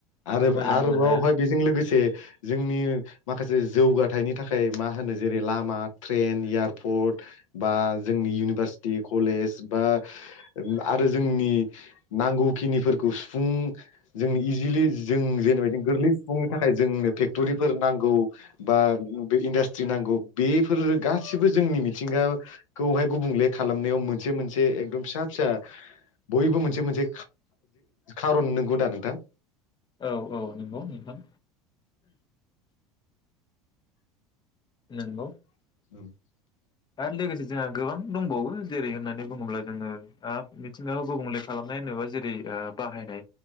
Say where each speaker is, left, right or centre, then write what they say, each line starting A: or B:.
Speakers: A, on the left; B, on the left.
A: आरो
B: मोजां
A: आरोबावहाय
B: होननो हाया
A: बेजों लोगोसे जोंनि माखासे जौगाथायाइनि थाखाय मा होनो जेरै लामा ट्रेन एयारपर्ट बा जोंनि इउनिभारसिटि कलेज बा आरो जोंनि नांगौखिनिफोरखौ सुफुं जोंनि जों जेनेबा जों गोरलै सफुंनो थाखाय जोंनो फेक्ट'रिफोर नांगौ बा बे इन्डास्ट्रि नांगौ बेफोर गासिबो जोंनि मिथिंगाखौहाय गुबुंले खालामनायाव मोनसे मोनसे एकदम फिसा फिसा बयबो मोनसे मोनसे खारन नंगौ दा नोंथांग
B: औ औ नंगौ नोंथां नंगौ
A: <inaudible>
B: आरो लोगोसे जोंहा गोबां दंबावो जेरै होननानै बुङोब्ला जोङो मिथिंगायावखौ गुबुंले खालामनाय होनोबा जेरै बाहायनाय